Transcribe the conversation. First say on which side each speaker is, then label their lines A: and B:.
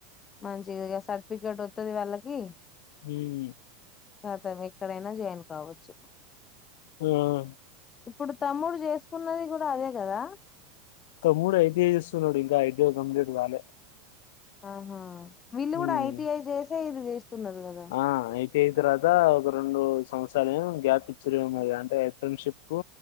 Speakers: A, on the left; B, on the left.
A: మంచి ఇగ సార్టిఫికేట్ ఒత్తది వాళ్ళకి
B: హ్మ్.
A: కాతం ఎక్కడైనా జాయిన్ కావచ్చు
B: ఆ!
A: ఇప్పుడు తమ్ముడు చేస్ కూడా అదే కదా
B: తమ్ముడు ఐ టీ ఐ చేస్తున్నాడు ఇంకా ఐ టీ ఐ కంప్లీట్ కాలే
A: ఆహా వీళ్ళు
B: హ్మ్.
A: కూడా ఐ టీ ఐ చేసే ఇది చేస్తున్నారు కదా
B: ఆ ఐ టి ఐ అయింతర్వాత ఒక రెండు సంవత్స రాలు గ్యాప్ ఇచ్చుడెమో మరి అంటే ఫ్రెండ్షిప్ కు